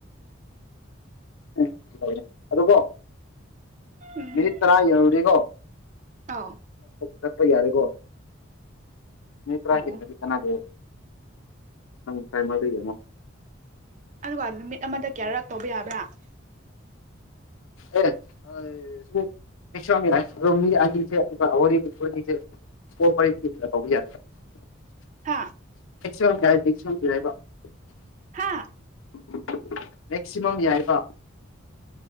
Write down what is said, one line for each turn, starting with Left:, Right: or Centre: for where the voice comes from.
Left: ꯎꯦ ꯑ ꯀꯣ
Right: ꯎꯝ
Left: ꯃꯦꯔꯤ ꯇꯔ ꯌꯔꯨꯔꯤꯒꯣ
Right: ꯑꯧ
Left: ꯆꯠꯄ ꯌꯥꯔꯦꯀꯣ ꯃꯤꯇ꯭ꯔ
Right: ꯑꯣ
Left: ꯍꯥꯏꯔꯗꯤ ꯆꯗꯦ ꯅꯪ ꯐꯥꯏ ꯃꯒꯦꯅꯣ
Right: ꯑꯗꯨꯒ ꯅꯨꯃꯤꯠ ꯑꯃꯗ ꯀꯌꯥꯔꯛ ꯇꯧꯕ ꯌꯥꯕ꯭ꯔꯥ <unintelligible>
Left: <unintelligible> <inaudible> <unintelligible> <unintelligible> <unintelligible>
Right: ꯍꯥ ꯍꯥ
Left: ꯃꯦꯛꯁꯤꯃꯝ ꯌꯥꯏꯕ